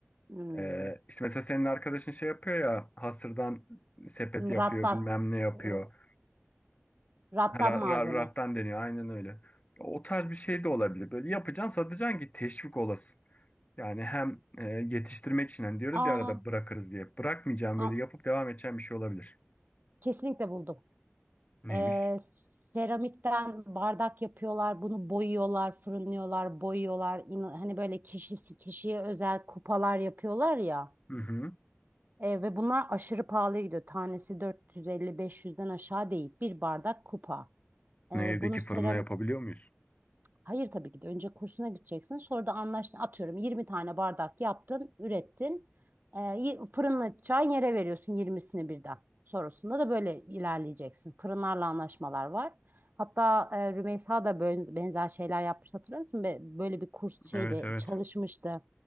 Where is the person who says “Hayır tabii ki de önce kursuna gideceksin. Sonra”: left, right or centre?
Right